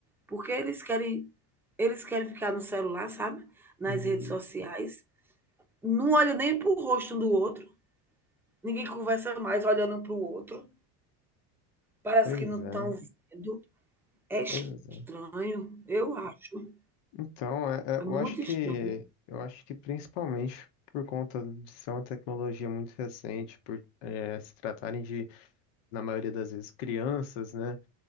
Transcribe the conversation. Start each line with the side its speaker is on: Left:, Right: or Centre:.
Centre: Porque eles querem, eles querem ficar no celular, sabe? Nas
Left: Uhum.
Centre: redes sociais. Não olha nem para o rosto um do outro. Ninguém conversa mais olhando para o outro. Parece
Left: Pois
Centre: que não
Left: é,
Centre: estão vendo. É estranho,
Left: pois é.
Centre: eu acho.
Left: Então, é- é, eu
Centre: É
Left: acho
Centre: muito
Left: que
Centre: estranho,
Left: eu acho que principalmente por conta de ser uma tecnologia muito recente, por eh, se tratarem de, na maioria das vezes, crianças, né?